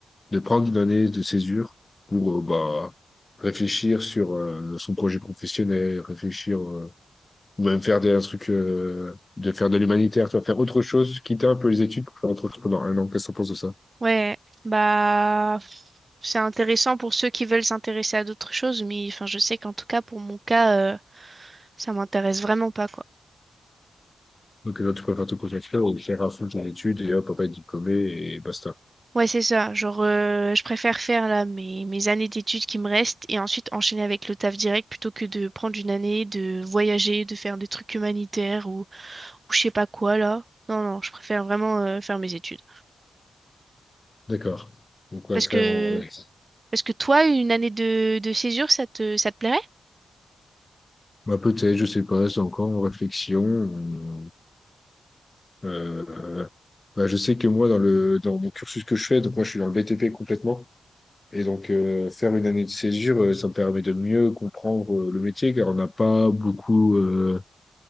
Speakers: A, on the left (about 30°); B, on the right (about 35°).
A: de prendre une année de césure pour, euh, bah, réfléchir sur, euh, son projet professionnel, réfléchir, euh, ou même faire des, un truc euh, de faire de l'humanitaire, tu vas faire autre chose, quitter un peu les études pour faire autre chose pendant un an. Qu'est-ce que tu penses de ça?
B: Ouais, bah c'est intéressant pour ceux qui veulent s'intéresser à d'autres choses, mais enfin je sais qu'en tout cas pour mon cas, euh, ça m'intéresse vraiment pas quoi.
A: Donc là, tu préfères te concentrer et faire à fond ton étude et hop, papa être diplômé et basta.
B: Ouais, c'est ça. Genre euh, je préfère faire là mes, mes années d'études qui me restent et ensuite enchaîner avec le taf direct plutôt que de prendre une année, de voyager, de faire des trucs humanitaires ou, ou je sais pas quoi là. Non, non, je préfère vraiment euh, faire mes études.
A: D'accord. Donc, on
B: Parce
A: va faire
B: que
A: en... ouais.
B: Est-ce que toi, une année de, de césure, ça te, ça te plairait?
A: Bah, peut-être, je sais pas, c'est encore en réflexion. Euh, bah, je sais que moi, dans le, dans mon cursus que je fais, donc moi, je suis dans le BTP complètement. Et donc, euh, faire une année de césure, euh, ça me permet de mieux comprendre euh, le métier, car on n'a pas beaucoup euh,